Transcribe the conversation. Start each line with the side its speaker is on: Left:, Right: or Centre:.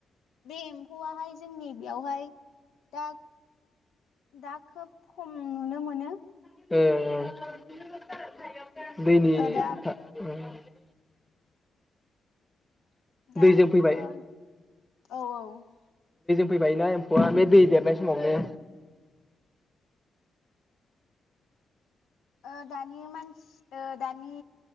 Left: बे एम्फौआहाय जोंनि बेयावहाय दा दा खोब खम नुनो मोनो
Centre: ओं ओं दैनि
Left: ओ दा दा
Centre: दैजों फैबाय
Left: औ औ
Centre: फैबाय ना एम्फौआ बे दै देरनाय समावनो
Left: ओ दानि मानसि ओ दानि